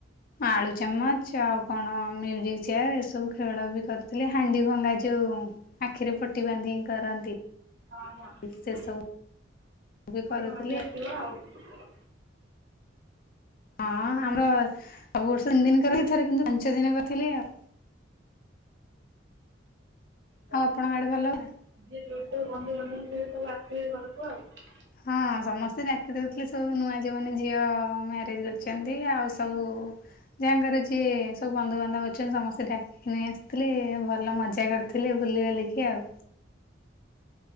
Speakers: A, on the left; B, on the right.
A: ଆଳୁ ଚାମଚ, ଆଉ କଣ ମ୍ୟୁଜିକ ଚେୟାର ଏସବୁ ଖେଳ ବି କରୁଥିଲେ ହାଣ୍ଡି ଭଙ୍ଗା ଯୋଉଁ ଆଖିରେ ପଟି ବାନ୍ଧିକି କରନ୍ତି।
B: ହଁ, ହଁ।
A: ସେ ସବୁ ବି
B: ବଢିଆ
A: କରୁଥିଲେ
B: ମଜା ଆସିବ ଆଉ।
A: ହଁ, ଆମର ସବୁ ବର୍ଷ ତିନି ଦିନ କରେ ଏଥର କିନ୍ତୁ ପାଞ୍ଚ ଦିନ କରିଥିଲେ ଆଉ।
B: ବଢିଆ
A: ଆପଣଙ୍କ
B: ଆଉ।
A: ଆଡେ ଭଲ ହୁଏ ନା?
B: ଯିଏ ଯୋଉଠି ଥିବେ ବନ୍ଧୁବାନ୍ଧବ ସିଏ ସବୁ ଆସଥିବେ ଘରକୁ ଆଉ।
A: ହଁ, ସମସ୍ତେ ଡାକିଦଉଥିଲେ ସବୁ ନୂଆ ଯୋଉ ମାନେ ଝିଅ ମ୍ୟାରେଜ କରିଛନ୍ତି। ଆଉ ସବୁ କୁ ଯାଙ୍କର ଯିଏ ସବୁ ବନ୍ଧୁବାନ୍ଧବ ଅଛନ୍ତି। ସମସ୍ତେ ଡାକିକି ନେଇ ଆସିଥିଲେ। ଭଲ ମଜା କରିଥିଲେ। ବୁଲିବାଲିକିି ଆଉ।